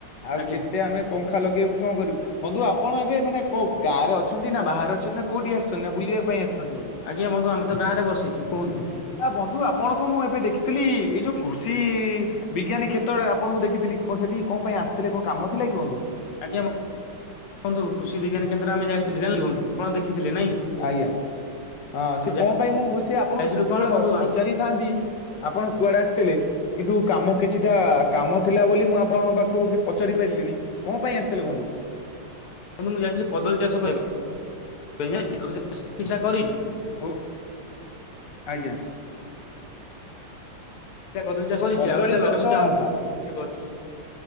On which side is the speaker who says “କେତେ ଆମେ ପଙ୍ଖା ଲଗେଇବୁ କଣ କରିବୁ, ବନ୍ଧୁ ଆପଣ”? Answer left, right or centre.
Left